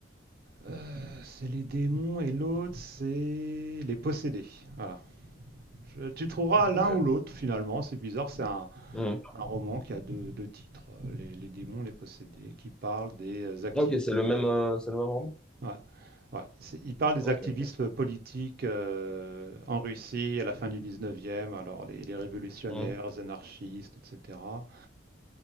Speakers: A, on the right (about 55°); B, in the centre.
A: Euh, c'est les démons et l'autre, c'est les possédés. Voilà. Je- Tu trouveras l'un
B: Ok.
A: ou l'autre finalement. C'est bizarre, c'est un,
B: Hmm.
A: un roman qui a deux, deux titres. euh, Les, les démons, les possédés, qui parle des euh, activistes.
B: Ah, ok, c'est le même,
A: euh,
B: euh, c'est le même roman?
A: ouais, ouais, c'est- il parle des
B: Ok,
A: activistes
B: ok.
A: politiques euh, en Russie à la fin du 19e, alors les, les révolutionnaires,
B: Hmm.
A: les anarchistes, etc.